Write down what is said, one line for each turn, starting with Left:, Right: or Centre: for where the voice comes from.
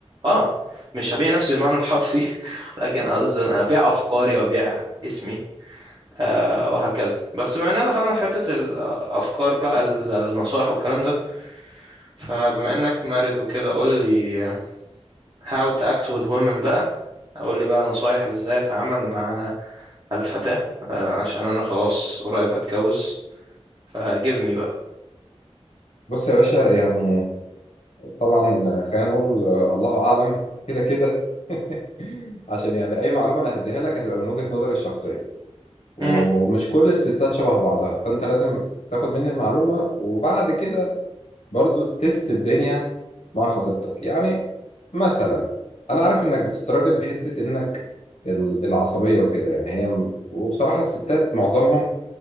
Right: اه مش هبيع نفسي بالمعنى الحرفي <laughs> لكن قصدي ابيع افكاري وابيع اسمي آه وهكذا بس بما اننا دخلنا في حتة الافكار بقى النصائح والكلام ده فبما انك مارد وكده قول لي How to Act with Women بقى اقول لي بقى نصايح ازاي اتعامل مع الفتاة آه، عشان انا خلاص قريب هتجوز فجيف مي بقى
Left: بص يا باشا يعني طبعا خلينا نقول الله اعلم كده كده <laughs> عشان يعني اي معلومه انا هديها لك هتبقى من وجهه نظري الشخصيه ومش
Right: مم.
Left: كل الستات شبه بعضها فانت لازم تاخد مني المعلومه وبعد كده برضو تست الدنيا مع خطيبتك يعني مثلا انا عارف انك بتستراجل من حته انك ال- العصبيه وكده يعني هي وبصراحه الستات معظمهم